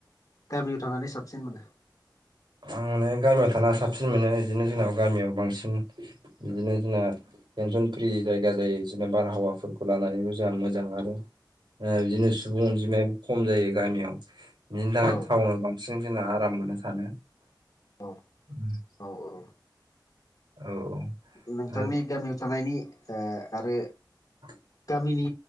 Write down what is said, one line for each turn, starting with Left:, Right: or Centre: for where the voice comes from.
Left: गामियाव थानानै साबसिन मोनो।
Right: आ <unintelligible> आं माने गामियाव थाना साबसिन मोनो बिदिनो जोंनाव गामियाव बांसिन बिदिनो जोंना टेनसन फ्रि जायगा जायो जेनबा बारहावाफोरखौ लानानैबो जोंहा मोजां आरो बिदिनो सुबुं अनजिमायाबो खम जायो गामियाव बिनि थाखाय
Left: औ
Right: थाउवनाव बांसिन जोंना आराम मोनो थानो।
Left: औ
Right: <inaudible>
Left: औ औ
Right: औ
Left: नोंथांनि
Right: औ
Left: गामियाव थानायनि ओ आरो
Right: <inaudible>
Left: गामिनि